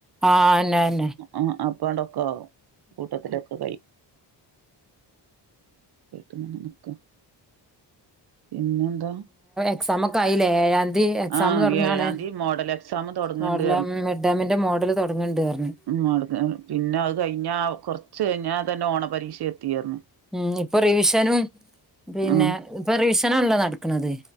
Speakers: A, in the centre; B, on the right.
A: ആഹ അന്നെന്നെ
B: ആ അപ്പാണ്ടൊക്കെ ആും കൂട്ടത്തിലൊക്കെ <unintelligible> പിന്നെന്ത
A: എക്സമാക്കയിലെ ദി എക്സാം
B: ആഹ്
A: തുടങ്ങാണ്
B: ഏഴാംതി മോഡൽ എക്സാം തൊടങ്ങ്ണ്ട്
A: മോഡല മിഡ്ടേമിൻ്റെ മോഡല് തുടങ്ങണ്ട്റഞ്
B: ഉംആൾക്ക് പിന്നെ അത് കഴിഞ്ഞ കൊറച്ച് കഴിഞ്ഞ തന്നെ ഓണ പരീക്ഷ എത്തിയരുന്നു
A: ഉം ഇപ്പൊ റിവിഷനും പിന്നെ
B: ആഹ്
A: ഇപ്പൊ റിവിഷനാണല്ലോ നടക്കണുന്നത്